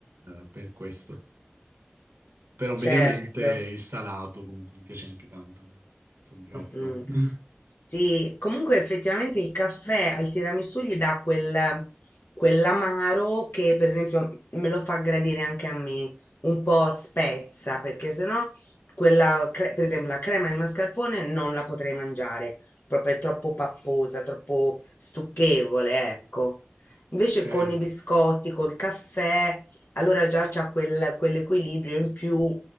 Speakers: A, on the right (about 75°); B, on the left (about 50°).
A: eh, per questo. Però mediamente
B: Certo.
A: il salato comunque mi piace anche tanto a me. Soghiotto,
B: Mm.
A: <laughs>
B: Sì, comunque effettivamente il caffè al tiramisù gli dà quel, quell'amaro che per esempio me lo fa gradire anche a me, un po' spezza, perché sennò quella, cre- per esempio la crema di mascarpone non la potrei mangiare, proprio è troppo papposa, troppo stucchevole, ecco. Invece
A: ok?
B: con i biscotti, col caffè, allora già c'ha quel- quell'equilibrio in più